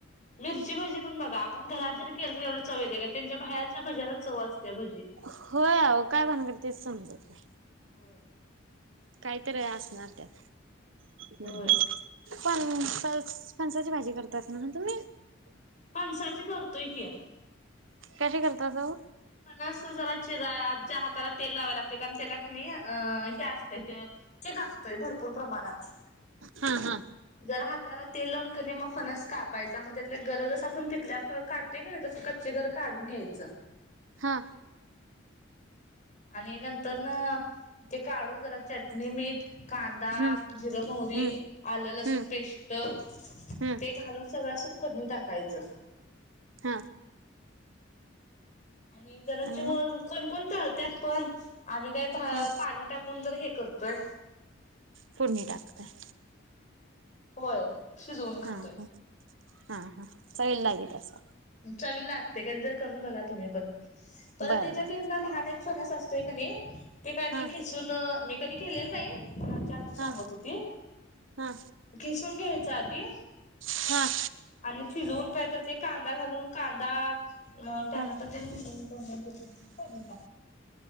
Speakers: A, on the left; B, on the right.
A: मिरची भजी पण बघा आपण घरात जर केलं तर एवढं चव येत का? त्यांच्या बाहेरच्या भज्यालाच चव असते. भजी
B: होय अहो. काय भानगडे तेच समजत नाही.
A: होय.
B: काहीतरी असणार त्यात. हं
A: होय
B: हं. पण-पल-फणसाची भाजी करत असाल ना तुम्ही?
A: फणसाची करतोय की.
B: कशी करताजा ओ?
A: खण असतो जरा आ हाताला तेल लावावे लागते कारण त्याला कनी अ हे असत ते चिक असतोय भरपूर प्रमाणात.
B: हं हं.
A: जरा हाताला तेल लावून कनी म फनस कापायचा. म त्यातल्या गर जसं आपण पिकल्यावर का तेच्यातल तस कच्चे गर काढून घ्यायचं.
B: हा.
A: आणि नंतरन ते काढून जरा चटणी मीठ कांदा,
B: हम्म
A: जिरं, मोहरी,
B: हम्म
A: आलं-लसूण
B: हम्म
A: पेस्ट
B: हम्म
A: ते घालून सगळं असं फोडणी टाकायचं.
B: हां,
A: आणि जरा
B: आणि
A: च
B: मग?
A: व कोणकोण तळत्यात पण. आम्ही काही भा-
B: हा
A: पाणी टाकून जर हे करतो. काय?
B: फोडणी टाकत आहे.
A: होय. शिजवून खातोय
B: हां हं, हां हं चवीला लागि तस.
A: चवीला लागते. कधीतरी करून बघा तुम्ही पण. परत
B: बरं
A: त्याच्या
B: बरं.
A: पिल्लं लहानेत फणस असतोय का नही, ते कायतरी
B: हा
A: खिसून मी कधी केलेलं नाही. पण आमच्या आजी सांगत
B: हा
A: होती.
B: हा
A: खिसून घ्यायच आधी,
B: हां,
A: आणि शिजवून कायतर ते कांदा घालून, कांदा अ टोमॅटो
B: हा
A: <inaudible> फोडणी टाकतो.